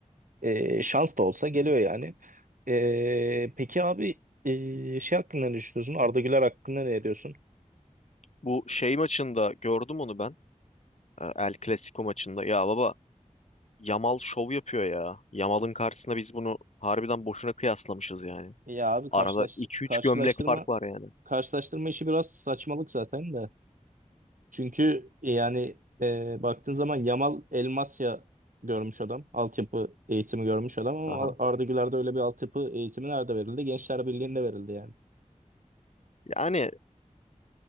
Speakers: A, on the right (about 80°); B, on the left (about 60°).
A: Ee, şans da olsa geliyor yani. Ee, peki abi ee, şey hakkında ne düşünüyorsun? Arda Güler hakkında ne diyorsun?
B: Bu şey maçında gördüm onu ben. e, El Clasico maçında. Ya baba Yamal şov yapıyor ya. Yamal'ın karşısında biz bunu harbiden boşuna kıyaslamışız yani.
A: Ya abi karşılaş
B: Arada iki
A: karşılaştırma
B: üç gömlek fark var yani.
A: karşılaştırma işi biraz saçmalık zaten de. Çünkü e, yani ee, baktığın zaman Yamal Elmasya görmüş adam. Altyapı eğitimi görmüş adam ama
B: Aha.
A: Arda Güler'de öyle bir altyapı eğitimi nerede verildi? Gençler Birliği'nde verildi yani.
B: Yani